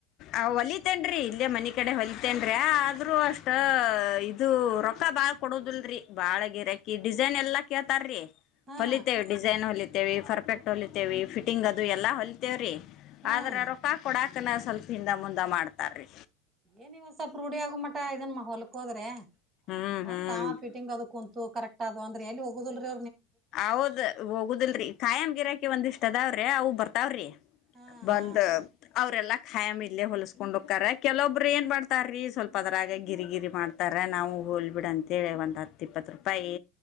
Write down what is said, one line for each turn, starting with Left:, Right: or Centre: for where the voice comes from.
Left: ಅ್ ಹೊಲಿತೇನ್ೀ ಇಲ್ಲೇ ಮನ ಕಡೆ ಹೊಲಿತೇನ್ರೀ ಆದ್ರೂ ಅಷ್ಟ ಇದು ರೊಕ್ಕ ಬಾಳ್ ಕೊಡೋದಲ್ರರಿ ಬಾಳ ಗಿರಾಕಿ ಡಿಸೈನ್ ಎಲ್ಲಾ ಕೇಳ್ತಾರ್ರೀ
Right: ಹಾ
Left: ಹೊಲಿತೇವೆ ಡಿಸೈನ್ ಹೊಲಿತ ಪರ್ಫೆಕ್ಟ್ ಹೊಲಿತೇವಿ ಫಿಟಿಂಗ್ ಅದು ಎಲ್ಲ ಹೊಲಿತೇವ್ರೀ
Right: ಹ್ಮ್
Left: ಆದ್ರೆ ರೊಕ್ಕ ಕೊಡಾಕನ ಸ್ವಲ್ಪ ಹಿಂದ ಮುಂದ ಮಾಡ್ತಾರೀ
Right: ಏನ್ಿವವಸವಪ ರೂಢಿ ಆಗ ಮಟ ಇದನ್ ಮಹೋಲ್ ಕೊ ಹೋದ್ರೆ
Left: ಹ್ಮ್
Right: ಮತ್ತ
Left: ಹ್ಮ್
Right: ತಾವ ಪಿಟಿಂಗ ಅದ ಕುಂತು ಕರೆಕ್ಟ್ ಅದು ಎಲ್ಲಿ ಹೋಗೋದಲ್ರಿ
Left: ಹೌದ್ ಹೋಗುದಲ್ರರಿ ಕಾಯಂ ಗಿರಾಕಿ ಒಂದಿಷ್ಟ ತದಾವ್ರೆ ಅವು ಬರ್ತಾವ್ರಿ
Right: ಹಾ ಹಾ
Left: ಬಂದ ಅವರೆಲ್ಲ ಹಯಾಮ್ ಇಲ್ಲೇ ಹೊಲಸ್ಕೊಂಡ್ ಹೋಗಕ್ಕಾರ ಕೆಲೊಬ್ರು ಏನ್ ಮಾಡ್ತಾರ್ರೀ ಸ್ವಲ್ಪ ಅದರಾಗ ಗಿರಿ ಗಿರಿ ಮಾಡ್ತಾರ ನಾವು ಹೊೋಲ್ಬಿಡ ಅಂತೇಳಿ ಒಂದ್ ಹತ್ ಇಪ್ಪತ್ತು ರೂಪಾಯಿ